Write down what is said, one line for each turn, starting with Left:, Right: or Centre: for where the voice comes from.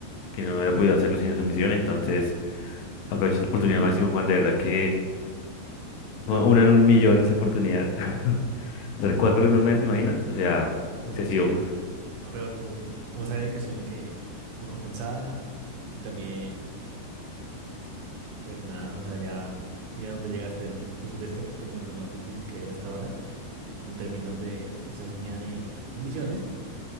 Left: que no había podido hacerlo sin esa misión. Entonces, aproveché esa oportunidad al máximo, Juan, de verdad que fue una en un millón esa oportunidad. <laughs> Hacer cuatro en un mes, ¿te imaginas? O sea,
Right: De
Left: excesivo.
Right: sí, es- no, pero súper bien. Es como esa dedicación que recompensada y también, pues nada, o sea, ya mira dónde llegaste el Blue Silvestre, que es como lo más difícil que hay hasta ahora en términos de esa línea de de misiones.